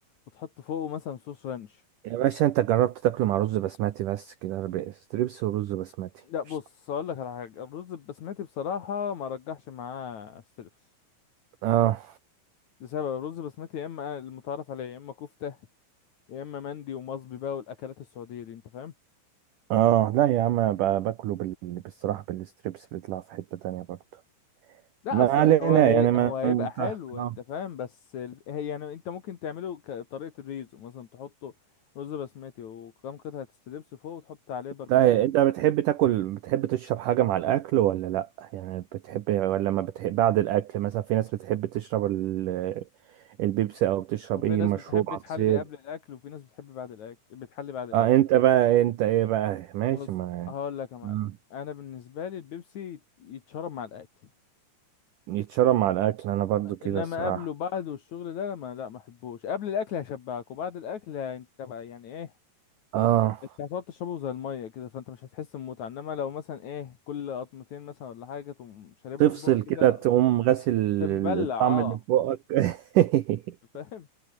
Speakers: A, on the left; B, on the right.
A: وتحط فوقه مثلا صوص رانش
B: يا باشا انت جربت تاكله مع رز بسمتي بس كده ربع ستريبس ورز بسمتي
A: لا بص
B: مش-
A: اقول لك على حاجه الرز البسمتي بصراحه ما رجحش معاه الستريبس
B: اه
A: لسبب الرز البسمتي يا اما المتعارف عليه يا اما كفته يا اما مندي ومصبي بقى والاكلات السعوديه دي انت فاهم
B: اه لا يا عم بقى باكله بال... بالصراحه بالستريبس بيطلع في حته تانية برضه
A: لا
B: ما
A: اصل
B: علينا
A: هو هي
B: يعني ما
A: هو هيبقى
B: انت
A: حلو انت
B: آه.
A: فاهم بس ال- هي يعني انت ممكن تعمله كطريقه الريزو مثلا تحطه رز بسمتي وكم قطعه ستريبس فوق وتحط عليه باربيكيو
B: طيب انت بتحب تاكل بتحب تشرب حاجة مع الاكل ولا لا يعني بتحب ولا ما بتحب بعد الاكل مثلا في ناس بتحب تشرب ال- البيبسي او بتشرب
A: وفي
B: ايه
A: ناس
B: مشروب
A: بتحب
B: عصير
A: تحلي قبل الاكل وفي ناس بتحب بعد الاكل بتحلي بعد الاكل
B: اه انت بقى انت ايه بقى ماشي
A: بص
B: ما
A: هقول لك يا معلم
B: مم.
A: انا بالنسبه لي البيبسي يتشرب مع الاكل
B: يتشرب مع الاكل انا برضو كده
A: انما
B: الصراحة
A: قبله بعده والشغل ده ما لا ما احبوش قبل الاكل هيشبعك وبعد الاكل انت بقى يعني ايه
B: اه
A: انت هتقعد تشربه زي الميه كده فانت مش هتحس بمتعه انما لو مثلا ايه كل قطمتين مثلا ولا حاجه تقوم شارب
B: تفصل
A: لك بق
B: كده
A: كده
B: تقوم غاسل
A: تمبلع
B: الطعم
A: اه
B: اللي في بقك <laughs>
A: فاهم